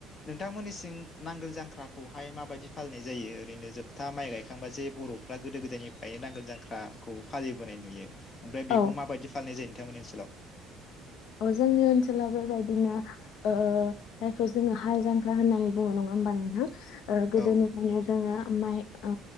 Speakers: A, on the left; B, on the left.
A: नोंथांमोननिसिं नांगोल जांख्राखौहाय माबायदि फालिनाय जायो ओरैनो जोब हा माइ गायखांबाजे बरफ्रा गोदो गोदायनि। गायनो नांगोल जांख्राखौ। फालिबोनाय नुयो। ओमफ्राय बेखौ
B: औ
A: माबायदि फालिनाय जायो। नोंथांमोननि ओनसोलाव।
B: अह जोंनि ओनसोलाव बेबायदिनो ओ जायखौ जोंङो हाल जांख्रा होननानै बुङो नङा होमबा नोंथां? ओ गोदोनिफ्रायनो
A: औ
B: जोंङो। माइ ओ